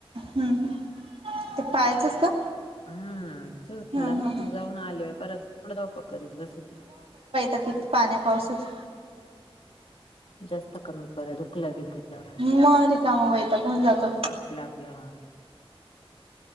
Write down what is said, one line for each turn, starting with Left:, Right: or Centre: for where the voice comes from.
Right: हम्म हम्म. ते पायाचंच का.
Left: हम्म त झालं
Right: हा हा
Left: ना
Right: ह
Left: मग जाऊन आले बाई परत कुठं धावपळ करीत बसती.
Right: तेच पाण्या पावसाचं.
Left: जास्त कमी परत दुखलं बिकलं.
Right: मग रिकामा वैताग होऊन जातो
Left: आपलं आपलं हा.